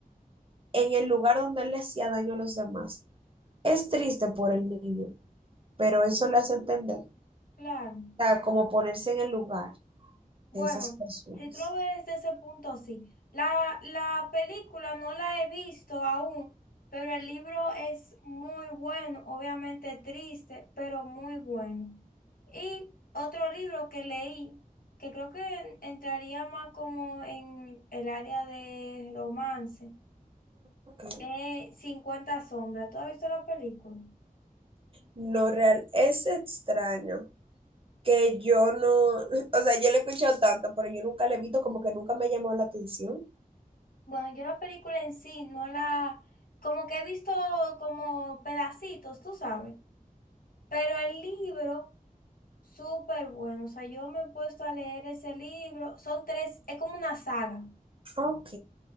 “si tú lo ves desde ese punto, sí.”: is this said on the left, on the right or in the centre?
Left